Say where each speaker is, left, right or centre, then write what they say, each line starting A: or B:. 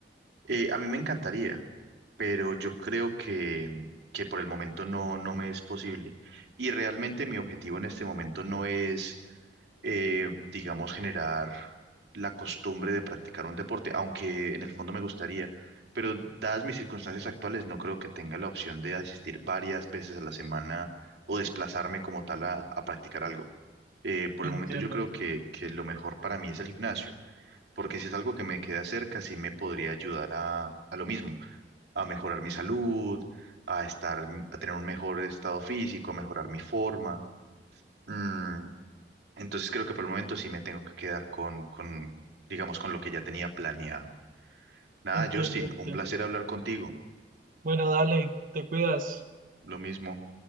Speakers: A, on the right; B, on the right.
A: Eh, a mí me encantaría, pero yo creo que, que por el momento no, no me es posible. Y realmente mi objetivo en este momento no es, eh, digamos, generar la costumbre de practicar un deporte, aunque en el fondo me gustaría. Pero dadas mis circunstancias actuales, no creo que tenga la opción de asistir varias veces a la semana o desplazarme como tal a, a practicar algo. Eh, por
B: Entiendo,
A: el momento yo creo
B: entiendo,
A: que, que lo mejor para mí es el gimnasio porque si es algo que me queda cerca, sí me podría ayudar a, a lo mismo, a mejorar mi salud, a estar, mm, a tener un mejor estado físico, a mejorar mi forma. Mm, entonces creo que por el momento sí me tengo que quedar con, con, digamos, con lo que ya tenía planeado. Nada,
B: entiendo,
A: Justin,
B: entiendo.
A: un placer hablar contigo.
B: Bueno, dale, te cuidas.
A: Lo mismo.